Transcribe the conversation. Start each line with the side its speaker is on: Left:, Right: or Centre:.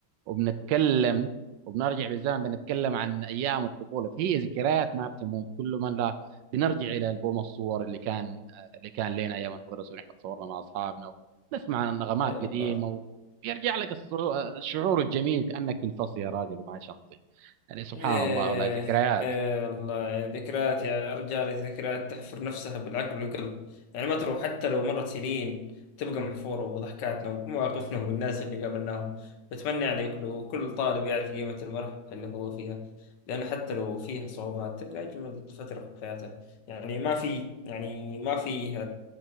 Right: وبنتكلم وبنرجع بالزمن بنتكلم عن ايام الطفوله فهي ذكريات ما بتموت كل ما لا بنرجع الى البوم الصور اللي كان اللي كان لنا ايام المدرسه ونحن تصورنا مع اصحابنا ونسمع عن نغمات
Left: اي والله
Right: قديمه ويرجع لك الصعو- الشعور الجميل كانك في الفصل يا راجل ومعي شنطي يعني سبحان
Left: إيه
Right: الله والله ذكريات
Left: إيه والله يا ذكريات يا رجال ذكريات تحفر نفسها بالعقل والقلب يعني ما تروح حتى لو مرت سنين تبقى محفورة وضحكاتنا ومواقفنا والناس اللي قابلناهم بتمنى يعني كل كل طالب يعرف قيمة المرحلة اللي هو فيها لأن حتى لو فيها صعوبات تبقى أجمل فترة في حياته يعني ما في يعني ما في